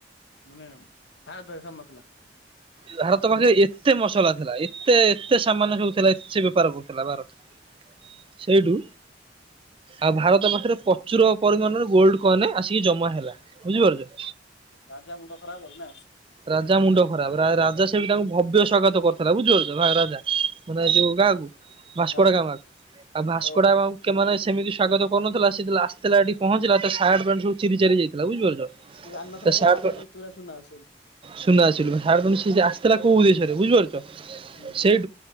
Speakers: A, on the left; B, on the right.
A: ମାନେ ଭାରତ ରେ ସରି ନଥିଲା।
B: ଭାରତ ପାଖରେ ଏତେ ମସଲା ଥିଲା ଏତେ ଏତେ ସାମାନ ସବୁ ହଉଥିଲା ଏତେ ବେପାର କରୁଥିଲା ଭାରତ। ସେଇଠୁ ଆଉ ଭାରତ ପାଖରେ ପ୍ରଚୁର ପରିମାଣରେ ଗୋଲ୍ଡ କଏନ ଆସିକି ଜମା ହେଲା ବୁଝିପାରୁଚ?
A: ରାଜା ମୁଣ୍ଡ ଖରାପ ଆଉ। ନା?
B: ରାଜା ମୁଣ୍ଡ ଖରାପ ରା ରାଜା ସେଇଠୁ ତାଙ୍କୁ ଭବ୍ୟ ସ୍ୱାଗତ କରୁଥିଲା ବୁଝିପାରୁଚ ଭା ରାଜା। ମାନେ ଯୋଉ କା କୁ? ଭାସ୍କଡ଼ାଗାମା
A: ଓହୋ
B: କୁ। ଆଉ ଭାସ୍କଡ଼ାଗାମା
A: ଓ
B: କୁ କେମାନେ ସେମିତି ସ୍ଵାଗତ କରୁନଥିଲା ସେ ଯେତେବେଳେ ଆସିଥିଲା ଏଠି ପହଞ୍ଚିଲା ତା ସାର୍ଟ ପ୍ୟାଣ୍ଟ ସବୁ ଚିରି ଚାରି ଯାଇଥିଲା। ବୁଝିପାରୁଚ।
A: ଜାଣିନଥିଲା
B: ତା ସାର୍ଟ
A: ଯେ ଆ ପାଖରେ ଏତେଗୁରା ସୁନା ଅଛି ବୋଲି
B: ସୁନା ଆସିଲୁ <unintelligible> ଆସିଥିଲା କୋଉ ଉଦେଶରେ ବୁଝିପାରୁଛ
A: ହୁଁ ହୁଁ
B: ସେଇ